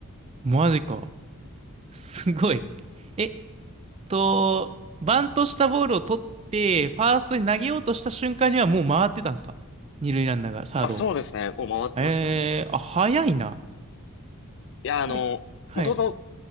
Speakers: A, on the right (about 30°); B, on the left (about 55°).
A: マジか。すごい。え、と、バントしたボールを取って、ファーストに投げようとした瞬間にはもう回ってたんですか二塁ランナーがサードを。
B: た。あ、そうですね。もう回ってましたね。
A: えー、あ、早いな。
B: いや、あの、
A: で、はい。
B: もともと、